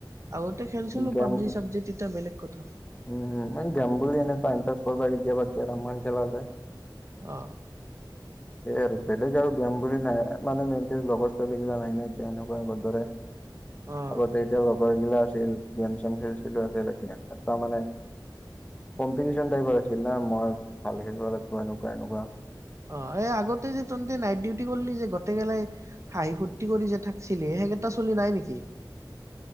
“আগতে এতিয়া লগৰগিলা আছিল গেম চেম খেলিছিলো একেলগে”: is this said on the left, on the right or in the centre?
Left